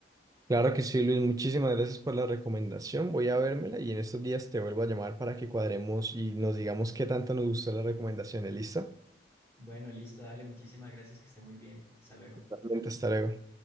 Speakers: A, on the right; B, on the left.
A: Claro que sí, Luis, muchísimas gracias por la recomendación. Voy a vérmela y en estos días te vuelvo a llamar para que cuadremos y nos digamos qué tanto nos gustó la recomendación, ¿listo?
B: Bueno, listo, dale, muchísimas gracias, que esté muy bien. Hasta luego.
A: Totalmente, hasta luego.